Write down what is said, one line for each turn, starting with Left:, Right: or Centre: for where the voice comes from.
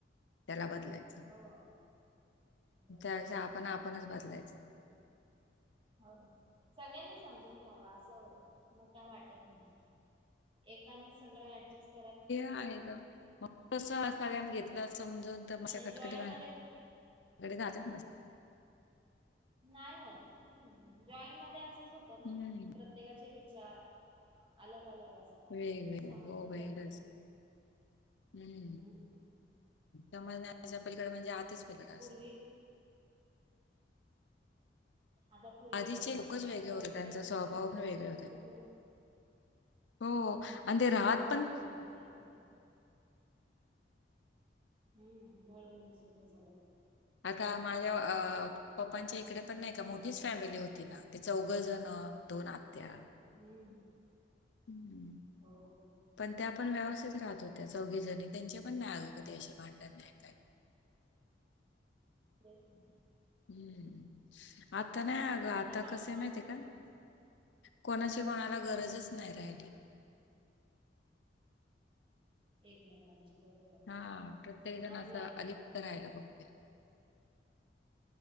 Left: त्याला बदलायच
Right: हो बरोबर
Left: त्यापेक्षा आपण आपणच बदलायच.
Right: हो ना सगळ्यांनीच समजून घ्यावा अस मग काय वाटत नाही एकाने सगळं ऍडजेस्ट
Left: आहे ग मग तस सगळ्यात घेतला समजून तर मश्या
Right: आणि
Left: कटकटी
Right: जॉईंट मध्ये क-
Left: त्याकडे जातच नसते
Right: नाही होत जॉईट मध्ये असंच होतं ना प्रत
Left: हं.
Right: प्रत्येकाचे विचार अलग अलग असतात.
Left: वेगवेगळे.
Right: समज
Left: हो
Right: नाही
Left: बाई
Right: पलीकडे
Left: खरंच. हं.
Right: हम्.
Left: समजण्याच्या पलीकड म्हणजे आताच पलीकड
Right: पूर्वी
Left: असत
Right: आता पूर्वी
Left: आधीचे
Right: बघ किती
Left: लोकच वेगळे
Right: लोक
Left: होते. त्यांचा
Right: तीस
Left: स्वभाव
Right: तीस पस्तीस
Left: पण वेगळे
Right: पस्तीस
Left: होते.
Right: कुटुंब
Left: हो आणि ते राात
Right: हम्म ते पण खरं हम्म मिळून घश म सगला
Left: आता माझ्या पप्पांच्या इकडे पण नाही का मोठीच फॅमिली होती ना ते चौघ जण दोन आत्या.
Right: हम्म.
Left: हम्म.
Right: हो.
Left: पण त्या आपण व्यवस्थित राहत होत्या चौघी जणी त्यांचे पण नाही कधी अशे भांडत नाही काय
Right: तेच ना
Left: हम्म आता नाही अग आता
Right: माझ्या
Left: कस
Right: मामाकडे
Left: माहितीय का?
Right: पण तसं
Left: कोणाची कोणाला
Right: हम्म
Left: गरजच
Right: हम्म हम्म
Left: नाही राहिली
Right: एकमेकांची बरोबर आहे
Left: हा प्रत्येक जण
Right: आपलं
Left: असं
Right: आपलं
Left: अलिपत
Right: फक्त
Left: राहायला बघते